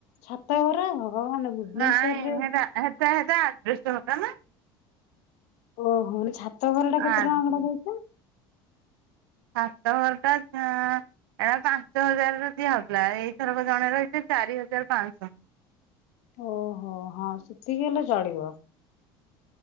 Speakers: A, on the left; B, on the right.
A: ଛାତ ଘର। ଭଗବାନ ଭୁବନେଶ୍ଵରରେ
B: ନାଇଁ ହେଟା ହେଟା ହେଟା ଆଜବେଷ୍ଟଘରଟା ନା
A: ଓହୋ ମାନେ ଛାତ ଘର ଟା କେତେ
B: ଆଜ
A: ଟଙ୍କା ଭଡା ଦଉଛ?
B: ଛାତ ଘର ଟା ଆଁ ଏଟା ପାଞ୍ଚ ହଜାରରେ ଦିଆହଉଚି। ଡ୍ରାଏ ଏଇଥରକ ଜଣେ ରହିଛି ଚାରି ହଜାର ପାଂସ୍।
A: ଓହୋ ହଁ ସେତିକି ହେଲେ ଚଳିବ।